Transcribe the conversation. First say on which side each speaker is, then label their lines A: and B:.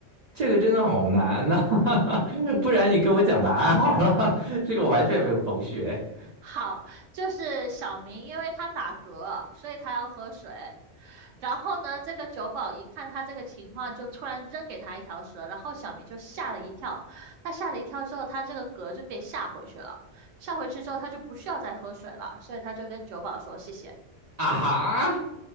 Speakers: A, on the right (about 60°); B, on the right (about 80°).
A: 这个真的好难呐、<laughs> 不然你跟我讲答案好了，<laughs> 这个我完全没有头绪哎
B: 好，就是小明，因为他打嗝，所以他要喝水。然后呢，这个酒保一看他这个情况，就突然扔给他一条蛇，然后小明就吓了一跳。他吓了一跳之后，他这个嗝就被吓回去了。吓回去之后，他就不需要再喝水了，所以他就跟酒保说谢谢。
A: 啊！